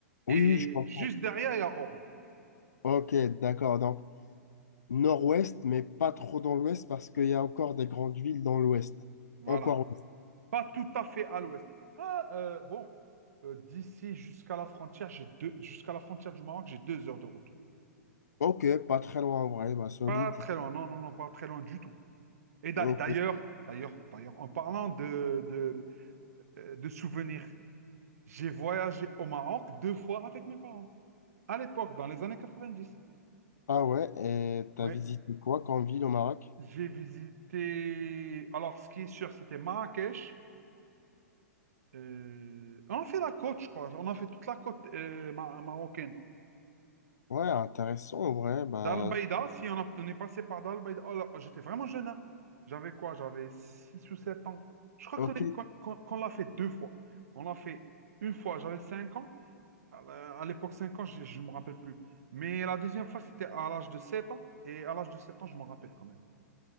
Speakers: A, on the left; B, on the right.
A: Oui,
B: Et
A: oui, je comprends.
B: juste derrière, il y a Oran.
A: Ok, d'accord. Donc, nord-ouest, mais pas trop dans l'ouest parce qu'il y a encore des grandes villes dans l'ouest.
B: Voilà.
A: Encore ouest.
B: Pas tout à fait à l'ouest. Ah, euh, bon, euh, d'ici jusqu'à la frontière, j'ai deux, jusqu'à la frontière du Maroc, j'ai deux heures de route.
A: Ok, pas très loin en vrai, bah, solide.
B: Pas très loin, non, non, non, pas très loin du tout. Et d'a-
A: Ok.
B: d'ailleurs, d'ailleurs, d'ailleurs, en parlant de, de, euh, de souvenirs, j'ai voyagé au Maroc deux fois avec mes parents. À l'époque, dans les années 90,
A: Ah ouais, et t'as
B: Ouais.
A: visité quoi comme ville au Maroc?
B: j'ai visité. Alors, ce qui est sûr, c'était Marrakech. Euh, On a fait la côte, je crois. On a fait toute la côte euh, ma- marocaine.
A: Ouais, intéressant, en vrai. Bah,
B: Dar el Beida, si on, a- on est passé par Dar el Beida. Oh là, j'étais vraiment jeune. hein. J'avais quoi? J'avais 6 ou 7 ans. Je crois
A: ok.
B: qu'on est- qu'on, qu'on- qu'on l'a fait deux fois. On l'a fait une fois, j'avais 5 ans. À la- à l'époque, 5 ans, je ne me rappelle plus. Mais la deuxième fois, c'était à l'âge de 7 ans. Et à l'âge de 7 ans, je m'en rappelle quand même.